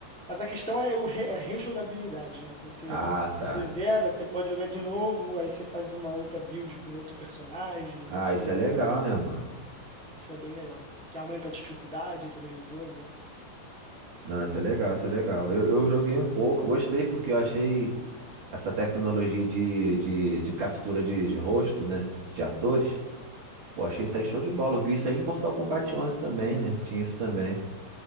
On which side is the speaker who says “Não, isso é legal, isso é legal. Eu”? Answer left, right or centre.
Right